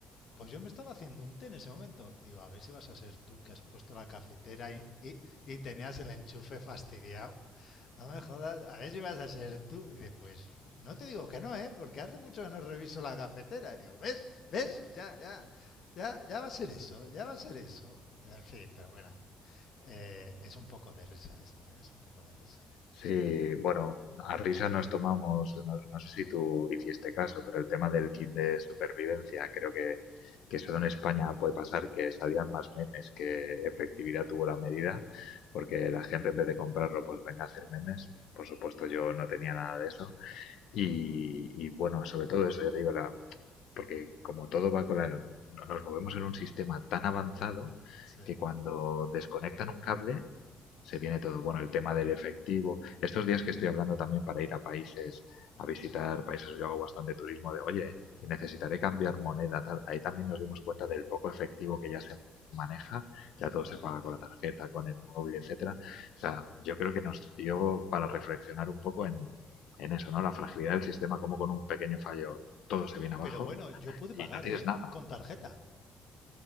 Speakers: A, on the left; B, on the left.
A: Pues yo me estaba haciendo un té en ese momento. Digo, a ver si vas a ser tú que has puesto la cafetera y, y- y tenías el enchufe fastidiado. No me jodas, a ver si vas a ser tú. Y dice, pues no te digo que no, ¿eh? Porque hace mucho que no reviso la cafetera. Y digo, ¿ves? ¿Ves? Ya, ya, ya, ya va a ser eso, ya va a ser eso. En fin, pero bueno, eh, es un poco de risa esto, ¿eh? Es un poco de risa.
B: Sí, bueno, a risa nos tomamos, no, no sé si tú hiciste caso, pero el tema del kit de supervivencia, creo que, que solo en España puede pasar que salían más memes que efectividad tuvo la medida, porque la gente en vez de comprarlo, pues venga a hacer memes. Por supuesto, yo no tenía nada de eso. Y, y bueno, sobre todo eso, yo te digo, la, porque como todo va con la, nos movemos en un sistema tan avanzado
A: Sí,
B: que cuando desconectan un cable se viene todo. Bueno, el tema del efectivo. Estos días que estoy hablando también para ir a países, a visitar países, yo hago bastante turismo de, oye, necesitaré cambiar moneda, tal. Ahí también nos dimos cuenta del poco efectivo que ya se maneja,
A: efectivamente.
B: ya todo se paga con la tarjeta, con el móvil, etcétera. O sea, yo creo que nos dio para reflexionar un poco en, en eso, ¿no? La fragilidad del sistema, como con un pequeño fallo todo se viene abajo
A: Pero bueno, yo pude pagar,
B: y no tienes
A: ¿eh?
B: nada.
A: Con tarjeta.